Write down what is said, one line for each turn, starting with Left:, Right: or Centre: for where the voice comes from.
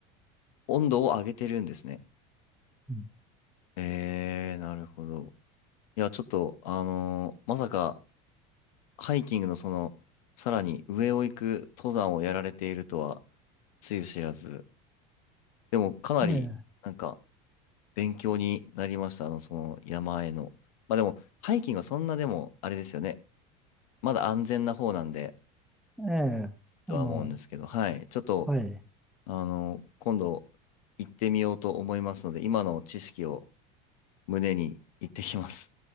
Left: 温度を上げてるんですね。
Centre: うん
Left: えー、なるほど。いや、ちょっと、あのーまさか、ハイキングのその、さらに上を行く登山をやられているとは、つゆ知らず。でも、かなり、
Centre: ええ
Left: なんか、勉強になりました。あの、その山への。まあでも、ハイキングはそんなでも、あれですよね。まだ安全な方なんで、
Centre: ええあの、
Left: とは思うんですけど、はい。ちょっと、
Centre: はい。
Left: あの、今度、行ってみようと思いますので、今の知識を胸に行ってきます。